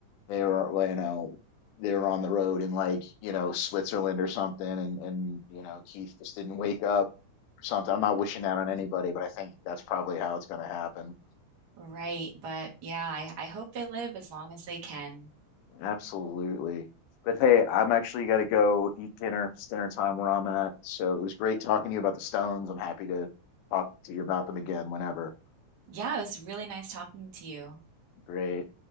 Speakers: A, on the left; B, on the right.
A: they were well, you know they were on the road in like you know Switzerland or something, and and you know Keith just didn't wake up or something. I'm not wishing that on anybody, but I think that's probably how it's going to happen.
B: right? But yeah, I, I hope they live as long as they can.
A: Absolutely. But hey, I'm actually got to go eat dinner. It's dinner time where I'm at. So it was great talking to you about the Stones. I'm happy to talk to you about them again whenever.
B: Yeah, it was really nice talking to you.
A: Great.